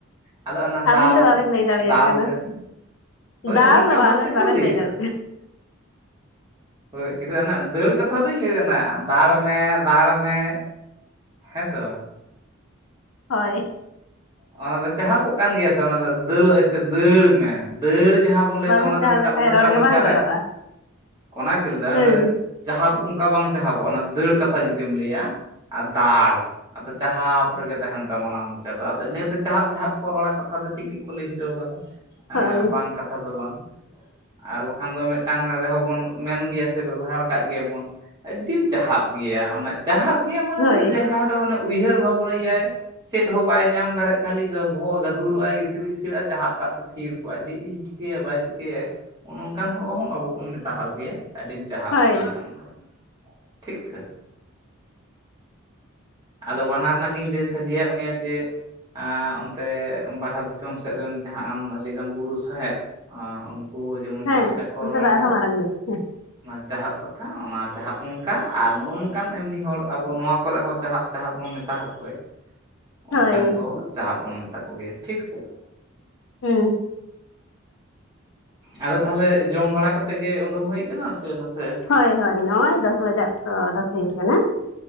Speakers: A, on the right (about 20°); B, on the left (about 70°).
A: ᱟᱫᱚ ᱚᱱᱟ ᱫᱟᱞ
B: ᱟᱹᱵᱤᱱ ᱫᱚ ᱵᱟᱵᱤᱱ ᱞᱟᱹᱭ ᱫᱟᱲᱮᱭᱟᱜ
A: ᱫᱟᱞ
B: ᱠᱟᱱᱟ
A: ᱫᱮᱱ ᱦᱳᱭ
B: ᱫᱟᱞ
A: ᱚᱱᱠᱟ
B: ᱫᱚ ᱵᱟᱝ
A: ᱵᱷᱟᱵ
B: ᱟᱹᱵᱤᱱ
A: ᱛᱮᱠᱚ
B: ᱵᱟᱵᱤᱱ ᱞᱟᱹᱭ ᱫᱟᱲᱮᱜ
A: ᱫᱟ ᱦᱳᱭ ᱠᱤᱱᱛᱩ ᱚᱱᱟ ᱫᱟᱹᱲ ᱠᱟᱛᱷᱟ ᱫᱩᱧ ᱞᱟᱹᱭ ᱠᱟᱱᱟ ᱫᱟᱲ ᱢᱮ ᱫᱟᱲ ᱢᱮ ᱦᱮᱸ ᱥᱮ ᱵᱟᱝ
B: ᱦᱳᱭ
A: ᱚᱱᱟ ᱫᱚ ᱪᱟᱦᱟᱯᱚᱜ ᱠᱟᱱ ᱜᱮᱭᱟ ᱥᱮ ᱚᱱᱟ ᱫᱚ ᱫᱟᱹᱞ ᱥᱮ ᱫᱟᱹᱲ ᱢᱮ ᱫᱟᱹᱲ ᱡᱟᱦᱟᱸ ᱵᱚᱱ ᱞᱟᱹᱭ
B: ᱵᱟᱵᱮᱱ
A: ᱫᱟ ᱚᱱᱟ ᱫᱚ
B: ᱪᱟᱦᱟᱣ
A: ᱢᱤᱫᱴᱟᱝ
B: ᱞᱮᱠᱷᱟᱡ
A: ᱩᱱᱟᱹᱜ
B: ᱨᱚᱲ
A: ᱴᱟ
B: ᱜᱮ
A: ᱢᱚᱪᱟ
B: ᱵᱟᱝ
A: ᱨᱮ
B: ᱨᱚᱲᱚᱜᱼᱟ
A: ᱚᱱᱟ ᱛᱮᱧ ᱞᱟᱹᱭ ᱫᱟ
B: ᱦᱮᱸ
A: ᱚᱱᱮ ᱪᱟᱦᱟᱯ ᱚᱝᱠᱟ ᱵᱟᱝ ᱪᱟᱦᱟᱵᱚᱜᱼᱟ ᱚᱱᱟ ᱫᱟᱹᱲ ᱠᱟᱛᱷᱟ ᱡᱩᱫᱤᱢ ᱞᱟᱹᱭᱟ ᱟᱨ ᱫᱟᱲ ᱟᱫᱚ ᱪᱟᱦᱟᱯ ᱨᱮᱜᱮ ᱛᱟᱦᱮ‌ᱸᱱ ᱛᱟᱢᱟ ᱚᱱᱟ ᱢᱚᱪᱟ ᱫᱚ ᱟᱫᱚ ᱤᱱᱟᱹ ᱛᱮ ᱪᱟᱦᱟᱯ ᱪᱟᱦᱟᱯ ᱠᱚ ᱨᱚᱲᱟ ᱠᱟᱛᱷᱟ ᱫᱚ ᱴᱷᱤᱠ ᱜᱮᱠᱚ ᱞᱟᱹᱭ ᱦᱚᱪᱚ ᱠᱟᱫᱟ
B: ᱦᱳᱭ
A: ᱮ ᱵᱟᱝ ᱠᱟᱛᱷᱟ ᱫᱚ ᱵᱟᱝ ᱟᱨ ᱵᱟᱠᱷᱟᱱ ᱫᱚ ᱢᱤᱫᱴᱟᱝ ᱨᱮᱦᱚᱸ ᱵᱚᱱ ᱢᱮᱱ ᱜᱮᱭᱟ ᱥᱮ ᱵᱮᱵᱚᱦᱟᱨ ‌‌ᱠᱟᱜ ᱜᱮᱭᱟ ᱵᱚᱱ ᱟᱹᱰᱤᱢ ᱪᱟᱦᱟᱵ ᱜᱮᱭᱟ ᱚᱱᱟ ᱪᱟᱦᱟᱯ ᱜᱮᱭᱟ ᱢᱟᱱᱮ
B: ᱦᱳᱭ
A: ᱡᱟᱦᱟᱸ ᱫᱚ ᱢᱟᱱᱮ ᱩᱭᱦᱟᱹᱨ ᱵᱷᱟᱵᱚᱭᱟᱭ ᱪᱮᱫ ᱦᱚᱸ ᱵᱟᱭ ᱧᱟᱢ ᱫᱟᱲᱮᱜ ᱠᱷᱟᱹᱞᱤ ᱵᱚᱦᱚᱜ ᱜᱟᱹᱫᱩᱨᱚᱜ ᱟᱭ ᱤᱥᱤᱲ ᱤᱥᱤᱲ ᱟ ᱪᱟᱦᱟᱵ ᱠᱟᱜ ᱛᱮ ᱛᱷᱤᱨ ᱠᱚᱜᱼᱟ ᱡᱮᱭ ᱪᱤᱠᱟᱹᱭᱟ ᱵᱟᱭ ᱪᱤᱠᱟᱹᱭᱟ ᱚᱱᱚ ᱚᱝᱠᱟᱱ ᱦᱚ ᱦᱚᱸ ᱟᱵᱚ ᱵᱚᱱ ᱢᱮᱛᱟ ᱜᱮᱭᱟ ᱟᱹᱰᱤ ᱪᱟᱦᱟᱯ
B: ᱦᱳᱭ
A: ᱜᱮᱭᱟ ᱟᱢ ᱫᱚ ᱴᱷᱤᱠ ᱥᱮ ᱟᱫᱚ ᱵᱟᱱᱟᱨ ᱨᱮᱱᱟᱜ ᱜᱤᱧ ᱞᱟᱹᱭ ᱥᱚᱡᱷᱮᱭᱟᱜ ᱢᱮᱭᱟ ᱡᱮ ᱟᱸ ᱚᱱᱛᱮ ᱵᱟᱨᱦᱟ ᱫᱤᱥᱚᱢ ᱥᱮᱫ ᱨᱮᱱ ᱡᱟᱦᱟᱸ ᱟᱢ ᱞᱟᱹᱭ ᱫᱟᱢ ᱵᱩᱨᱩ ᱥᱟᱸᱦᱮᱫ ᱦᱳ ᱡᱮᱢᱚᱱ
B: ᱦᱮᱸ
A: ᱪᱮᱫ ᱞᱮᱠᱟ ᱠᱚ
B: ᱚᱱᱛᱮ
A: ᱨᱚᱲ
B: ᱫᱚ
A: ᱟᱠᱚ
B: ᱟᱨᱦᱚᱸ ᱢᱟᱨᱟᱝ ᱧᱚᱜ
A: ᱚᱱᱟ ᱪᱟᱦᱟᱯ ᱠᱟᱛᱷᱟ ᱚᱱᱟ ᱪᱟᱦᱟᱯ ᱚᱱᱠᱟ ᱟᱨ ᱱᱚᱜᱼᱚ ᱱᱚᱝᱠᱟᱱ ᱮᱢᱱᱤ ᱦᱚᱲ ᱟᱵᱚ ᱱᱚᱣᱟ ᱠᱚᱨᱮ ᱦᱚᱸ ᱪᱟᱦᱟᱜ ᱪᱟᱦᱟ ᱵᱚᱱ ᱢᱮᱛᱟᱠᱚᱮ ᱚᱱᱠᱟᱱ
B: ᱦᱳᱭ
A: ᱪᱟᱦᱟᱵ ᱵᱚᱱ ᱢᱮᱛᱟ ᱠᱚ ᱜᱮᱭᱟ ᱴᱷᱤᱠ ᱥᱮ
B: ᱦᱮᱸ
A: ᱟᱫᱚ ᱛᱟᱦᱚᱞᱮ ᱡᱚᱢ ᱵᱟᱲᱟ ᱠᱟᱛᱮᱜ ᱜᱮ ᱩᱰᱩᱠ ᱦᱩᱭ ᱟᱠᱟᱱᱟ ᱥᱮ ᱱᱟᱥᱮ
B: ᱦᱳᱭ ᱦᱳᱭ ᱱᱚᱜᱼᱚᱭ ᱫᱚᱥ ᱵᱟᱡᱟᱜ ᱚᱠᱛᱚ ᱚᱰᱚᱠ ᱦᱩᱭ ᱟᱠᱟᱱᱟ